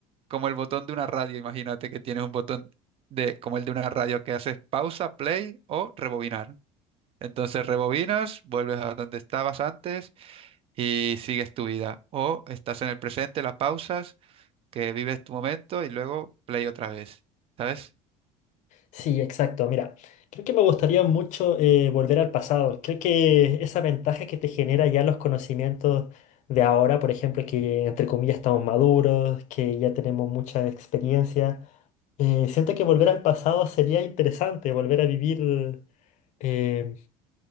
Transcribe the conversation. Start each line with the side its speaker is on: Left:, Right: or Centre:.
Right: como el botón de una radio. Imagínate que tienes un botón de, como el de una radio que haces pausa, play o rebobinar. Entonces rebobinas, vuelves a donde estabas antes y sigues tu vida. O estás en el presente, la pausas que vives tu momento y luego play otra vez, ¿sabes?
Left: Sí, exacto. Mira, creo que me gustaría mucho eh, volver al pasado. Creo que esa ventaja que te genera ya los conocimientos de ahora, por ejemplo, que entre comillas estamos maduros, que ya tenemos mucha experiencia, eh, siento que volver al pasado sería interesante, volver a vivir, eh,